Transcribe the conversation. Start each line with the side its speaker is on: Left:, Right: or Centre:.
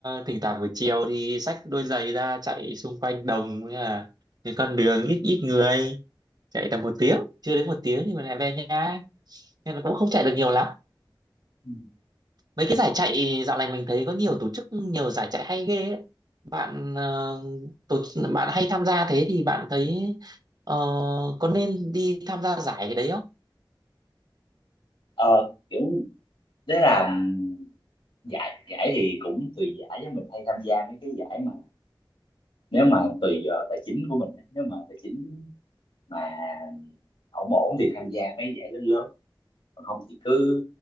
Right: thỉnh thoảng buổi chiều thì xách đôi giày ra chạy xung quanh đồng với là cái con đường ít ít người chạy tầm một tiếng chưa đến một tiếng nhưng mà lại về nhà nên là cũng không chạy được nhiều lắm
Left: Ừ.
Right: mấy cái giải chạy dạo này mình thấy có nhiều tổ chức nhiều giải chạy hay ghê ấy. Bạn ờ, tổ bạn hay tham gia thế thì bạn thấy ờ, có nên đi tham gia giải cái đấy không?
Left: ờ kiểu đấy là ừ, giải giải thì cũng tùy giải với mình hay tham gia mấy cái giải mà nếu mà tùy vào tài chính của mình á, nếu mà tài chính mà ổn ổn thì tham gia mấy giải lớn lớn còn không thì cứ